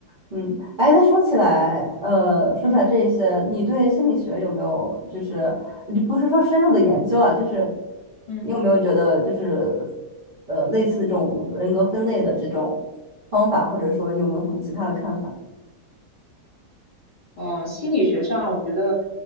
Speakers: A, on the right; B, on the left.
A: 嗯，哎，那说起来，呃，说起来这些，
B: 嗯
A: 你对心理学有没有就是你不是说深入的研究啊，就是
B: 嗯。
A: 你有没有觉得就是呃类似的这种人格分类的这种方法，或者说你有没有什么其他的看法？
B: 呃，心理学上，我觉得，